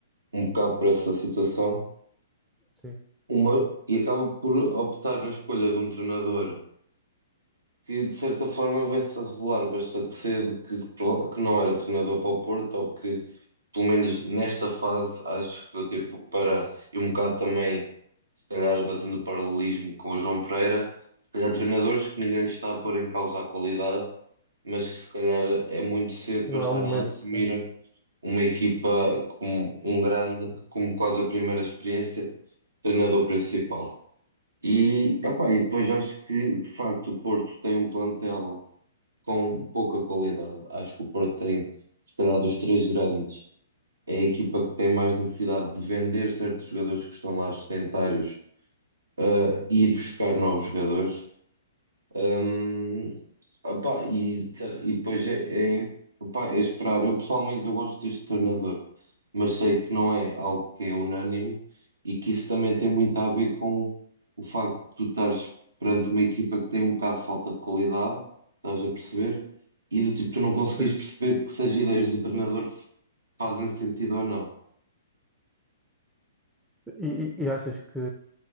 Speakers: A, on the right (about 80°); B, in the centre.
A: um bocado por essa situação.
B: sim.
A: uma, e acaba por optar na escolha de um treinador que, de certa forma, vai-se a revelar bastante cedo que, prova- que não era treinador para o Porto, ou que, pelo menos nesta fase, acho que deu tempo para, e um bocado também, se calhar, fazendo paralelismo com o João Pereira, se calhar treinadores que ninguém lhes está a pôr em causa a qualidade, mas que, se calhar, é muito cedo
B: Não
A: para estarem
B: é o momento.
A: a assumir
B: né?
A: uma equipa com um grande, como quase a primeira experiência, treinador principal. E, epá, e depois acho que, de facto, o Porto tem um plantel com pouca qualidade. Acho que o Porto tem, se calhar, dos três grandes, é a equipa que tem mais necessidade de vender certos jogadores que estão lá sedentários, eh, e ir buscar novos jogadores. Hum, opá, e, e depois é, é, opá, é esperar. Eu pessoalmente eu gosto deste treinador, mas sei que não é algo que é unânime e que isso também tem muito a ver com o facto de tu estares perante uma equipa que tem um bocado de falta de qualidade, estás a perceber? E do tipo, tu não conseguires
B: Sim.
A: perceber que se as ideias do treinador fazem sentido ou não.
B: E, e- e achas que